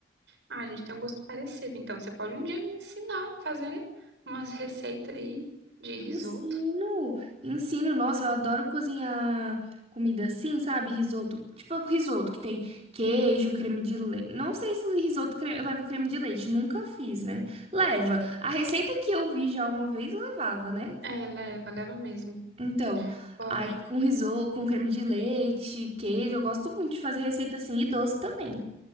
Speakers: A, on the right; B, on the right.
A: Ah, a gente tem um gosto parecido. Então, você pode um dia me ensinar a fazer umas receitas aí de risoto.
B: Ensino, ensino, nossa, eu adoro cozinhar comida assim, sabe? Risoto, tipo risoto que tem queijo, creme de leite. Não sei se o risoto cre- leva creme de leite, nunca fiz, né? Leva. A receita que eu vi já uma vez levava, né?
A: É, leva, leva mesmo.
B: Então,
A: Ó,
B: aí com risoto, com creme de leite, queijo, eu gosto muito de fazer receita assim e doce também.